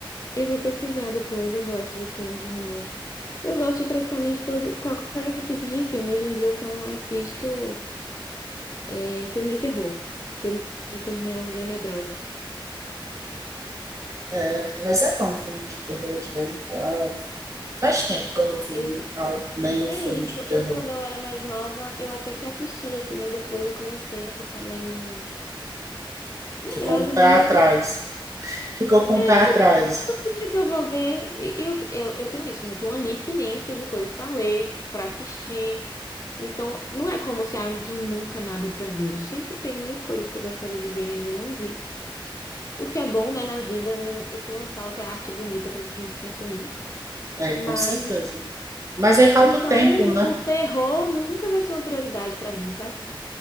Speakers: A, on the left; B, on the right.
A: eu vou pesquisar depois. Eu gosto de filmes de romance. Eu gosto de praticamente todo, qualquer tipo de filme. Hoje em dia eu só não assisto é, filme de terror, que eu me tornei uma mulher medrosa.
B: É, mas é bom um filme de terror de vez em quando. Faz tempo que eu não vi
A: Eu,
B: al- nenhum
A: é
B: filme
A: isso.
B: de terror.
A: Eu, quando eu era mais nova, eu até que assistia, assim, mas depois eu comecei a ficar meio medrosa
B: Ficou um pé
A: <laughs>
B: atrás.
A: mesmo.
B: Ficou com
A: É,
B: um pé
A: tipo,
B: atrás,
A: tanto filme pra eu vou ver. e- Eu, eu, eu tenho isso, né? eu tenho uma lista imensa de coisas pra ler, pra assistir. Então, não é como se, ah, eu não tenho nunca nada pra ver. Eu sempre tenho mil coisas que eu gostaria de ver e ainda não vi. O que é bom, né, na vida, não- o que não falta é arte bonita pra gente consumir.
B: é,
A: Mas,
B: com certeza. Mas aí falta
A: então,
B: o tempo, né?
A: o terror nunca vai ser uma prioridade pra mim, sabe?